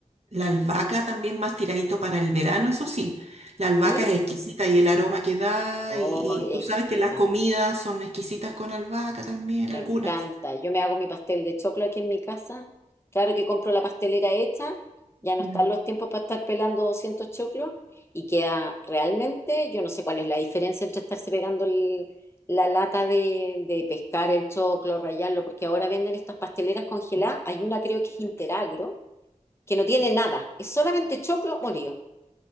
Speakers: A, on the right; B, on the left.
A: La albahaca también más tiradito para el verano, eso sí. La albahaca
B: ¿sí?
A: es exquisita y el aroma que da,
B: Oh,
A: y, y tú
B: exquisito.
A: sabes que las comidas son exquisitas con albahaca también,
B: Me
A: algunas.
B: encanta. Yo me hago mi pastel de choclo aquí en mi casa. Claro que compro la pastelera hecha. Ya no
A: Mm.
B: están los tiempos para estar pelando 200 choclos. Y queda realmente, yo no sé cuál es la diferencia entre estarse pegando el- la lata de, de pescar el choclo, rallarlo, porque ahora venden estas pasteleras congeladas. Hay una creo que es Interagro, que no tiene nada. Es solamente choclo molido.